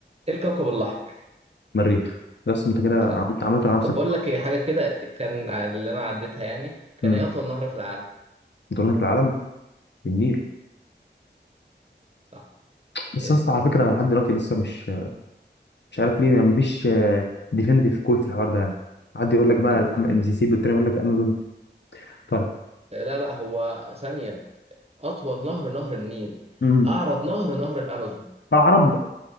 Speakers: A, on the right (about 35°); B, on the left (about 70°).
A: ايه الكوكب الاحمر
B: مريخ بس انت كده
A: صح
B: عملت عملت مع نفسك
A: طب بقول لك ايه حاجة كده كان اللي انا عديتها يعني كان
B: امم
A: ايه اطول نهر في العالم
B: دورنا في العالم في النيل
A: صح
B: بس
A: ادي
B: اصلا على فكره لحد دلوقتي لسه مش مش عارف ليه ما فيش ديفينيتيف كول في الحوار ده يعني حد يقول لك بقى
A: ادي
B: الأم- المسيسيبي والتاني يقول لك امازون طيب
A: لا لا هو ثانية أطول نهر نهر النيل
B: امم
A: أعرض نهر نهر الأمازون
B: عرب